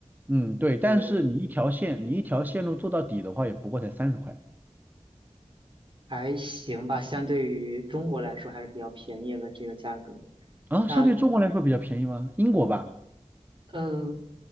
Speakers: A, on the right; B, on the right.
A: 嗯，对，但是你一条线，
B: 嗯，
A: 你一条线路做到底的话，也不过才三十块
B: 还行吧，相对于中国来说还是比较便宜了这个价格。
A: 啊，
B: 那
A: 相对中国来说比较便宜吗？英国吧，
B: 嗯，